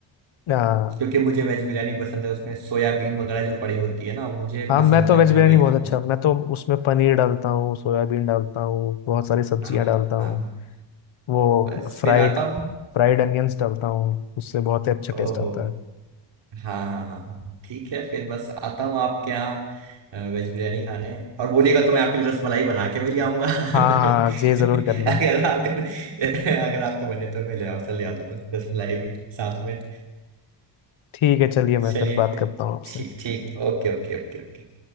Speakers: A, on the left; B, on the right.
A: हाँ
B: क्योंकि मुझे वेज बिरयानी पसंद है उसमें सोयाबीन वगैरह जो पड़ी होती है ना वो मुझे
A: हाँ
B: पसंद
A: मैं तो
B: है
A: वेज
B: मैं
A: बिरयानी
B: वही
A: बहुत
B: खाऊंगा
A: अच्छा मैं तो उसमें पनीर डालता हूँ सोयाबीन डालता हूँ बहुत सारी सब्जियाँ
B: आह,
A: डालता हूँ
B: हाँ
A: वो
B: बस
A: फ्राइड
B: फिर आता हूँ
A: फ्राइड अनियंस डालता हूँ उससे बहुत ही अच्छा टेस्ट
B: ओहो
A: आता है
B: हाँ हाँ हाँ हाँ हाँ। ठीक है फिर बस आता हूँ आपके यहाँ अ, वेज बिरयानी खाने और बोलिएगा तो मैं आपके लिए रसमलाई बना के भी ले आऊंगा <laughs> अगर
A: हाँ हाँ ये जरूर करना
B: आप अगर आपका बने तो मैं ले आऊँ ले आ दूंगा रसमलाई भी साथ में
A: ठीक है चलिए
B: चलिए
A: मैं फिर बात
B: फिर
A: करता हूँ आपसे
B: ठीक ठीक Okay okay okay okay